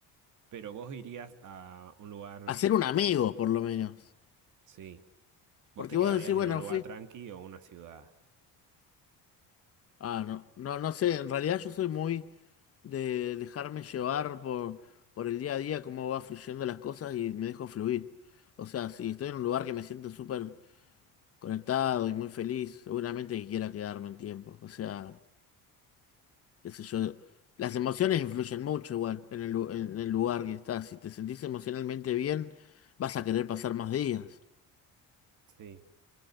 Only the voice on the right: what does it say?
pero vos irías a un lugar,
sí, vos
te quedarías
en
un lugar
tranqui o una ciudad.
Sí,